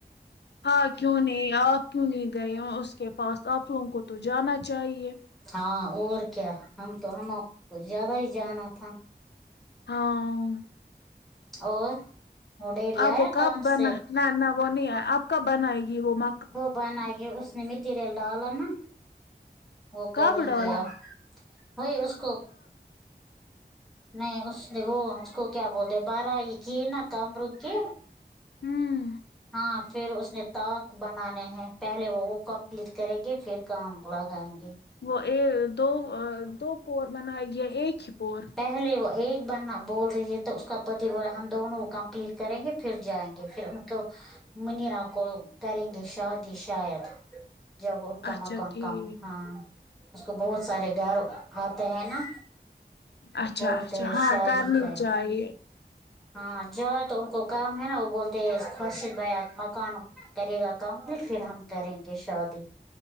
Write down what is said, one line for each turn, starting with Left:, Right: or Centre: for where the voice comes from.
Left: ہاں کیوں نہیں آپ کیوں نہیں گئے اس کے پاس آپ لوگوں کو تو جانا چاہیے
Centre: ہاں اور کیا ہم تو ہمو کوچھ زیادہ ہی جانا تھا
Left: ہاں
Centre: اور وہ ڈیڑیایا
Left: اب وہ کب
Centre: کام
Left: بنا
Centre: سے
Left: نہ نہ وہ نہیں آپ کب بنائے گی وہ م
Centre: وہ بنا کے اس نے مٹیریل ڈالا نا وہ کرے
Left: کب ڈالا
Centre: گیا وہائی اس کو نہیں اس نے وہ اس کو کیا بولتے بارہ کی نا کم رگ کی
Left: ہمم
Centre: ہاں پھر اس نے تاق بنانے ہیں پہلے وہ وہ کمپلیٹ کریں گے پھر کام لگائیں گے
Left: وہ ا دو دو پور بنائی گیا ایک ہی پور
Centre: پہلے وہ ایک بار نہ بول رہی ہے تو اس کا پتی بول ہم دونوں وہ کمپلیٹ کریں گے پھر جائیں گے پھر ان تو منیرا کو کریں گے شادی شاید جب ان کا
Left: اچھا
Centre: مکان ان
Left: ٹھیک
Centre: کا ہاں اس کو بہت سارے گھر آتے ہیں نا
Left: اچھا
Centre: بولتے
Left: اچھا
Centre: ہیں
Left: ہاں
Centre: شادی
Left: کرنی
Centre: کر
Left: چاہیے
Centre: ہاں جا تو ان کو کام ہے نا وہ بولتے خرشد بیا مکان کرے گا کمپلیٹ پھر ہم کریں گے شادی